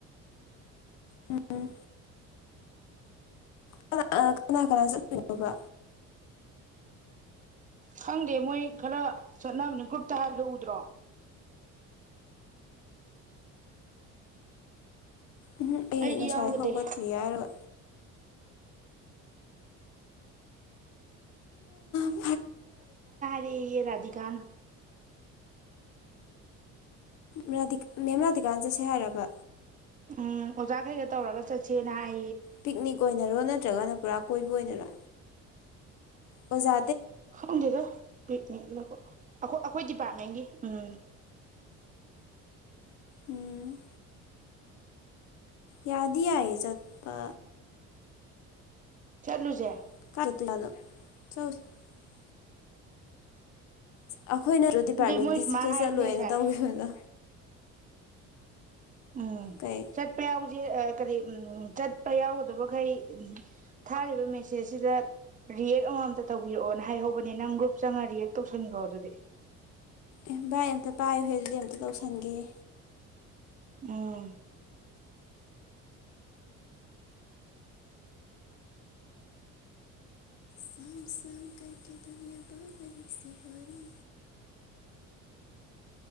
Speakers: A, on the left; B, on the right.
A: ꯎꯝ ꯎ ꯀꯅꯥ ꯀꯅꯥ ꯀꯅꯥ ꯆꯠꯇꯣꯏꯅꯣꯕ
B: ꯈꯪꯗꯦ ꯃꯣꯏ ꯈꯔ ꯆꯠꯅꯕꯅꯦ ꯒ꯭ꯔꯨꯞꯇ ꯍꯥꯏꯕꯗ ꯎꯗ꯭ꯔꯣ
A: ꯎꯝꯍꯝ ꯑꯩ
B: ꯑꯩꯗꯤ
A: ꯉꯁꯥꯏ
B: ꯌꯥꯎꯔꯨꯗꯦ
A: ꯍꯧꯒꯠꯇ꯭ꯔꯤ ꯍꯥꯏꯔꯣꯏ <unintelligible>
B: ꯑꯌꯦ ꯔꯥꯙꯤꯀꯥꯅ
A: ꯔꯥꯙꯤꯀꯥ ꯃꯦꯝ ꯔꯥꯙꯤꯀꯥꯅ ꯆꯠꯁꯦ ꯍꯥꯏꯔꯕ
B: ꯎꯝ ꯑꯣꯖꯥꯈꯩꯒ ꯇꯧꯔꯒ ꯆꯠꯁꯦꯅ ꯍꯥꯏ
A: ꯄꯤꯛꯅꯤꯛ ꯑꯣꯏꯅꯔꯣ ꯅꯠꯇ꯭ꯔꯒꯅ ꯄꯨꯔꯥ ꯀꯣꯏꯕ ꯑꯣꯏꯅꯔ ꯑꯣꯖ
B: ꯈꯪꯗꯦꯗ ꯄꯤꯛꯅꯤꯛꯅ ꯑꯩꯈꯣꯏ ꯑꯩꯈꯣꯏ ꯗꯤꯄꯥꯔꯠꯃꯦꯟꯒꯤ ꯎꯝ
A: ꯎꯝ ꯌꯥꯗꯤ ꯌꯥꯏ ꯆꯠꯄ
B: ꯆꯠꯂꯨꯁꯦ
A: <unintelligible> ꯑꯩꯈꯣꯏꯅꯠꯇꯔꯣ ꯗꯤꯄꯥꯔꯠꯃꯦꯟꯒꯤ
B: ꯑꯗꯨꯏ ꯃꯣꯏ ꯁꯨꯃꯥꯏꯅ
A: ꯁꯨꯡꯆꯠ
B: ꯍꯥꯏꯕꯅꯦ
A: ꯆꯠꯂꯣꯏꯅ
B: ꯉꯁꯥꯏ
A: ꯇꯧꯒꯤꯕꯗꯣ
B: ꯎꯝ
A: ꯀꯩ
B: ꯆꯠꯄ ꯌꯥꯎ ꯀꯔꯤ ꯆꯠꯄ ꯌꯥꯎꯒꯗꯕꯈꯩ ꯊꯥꯔꯤꯕ ꯃꯦꯁꯦꯖꯁꯤꯗ ꯔꯤꯌꯦꯛ ꯑꯃꯃꯝꯇ ꯇꯧꯕꯤꯔꯛꯑꯣꯅ ꯍꯥꯏꯍꯧꯕꯅꯦ ꯅꯪ ꯒ꯭ꯔꯨꯞ ꯆꯪꯉ ꯔꯤꯌꯦꯛ ꯇꯧꯁꯟꯅꯤꯡꯈꯣ ꯑꯗꯨꯗꯤ
A: ꯑꯦ ꯚꯥꯏ ꯑꯝꯇ ꯄꯥꯏꯌꯣꯍꯦ ꯑꯗꯨꯗꯤ ꯑꯝꯇ ꯇꯧꯁꯟꯒꯦꯍꯦ
B: ꯎꯝ
A: ꯁꯪ ꯁꯪ ꯀ ꯀ ꯗꯅꯌꯥꯕꯥꯕꯔꯤ ꯁꯦ ꯍꯣꯔꯤ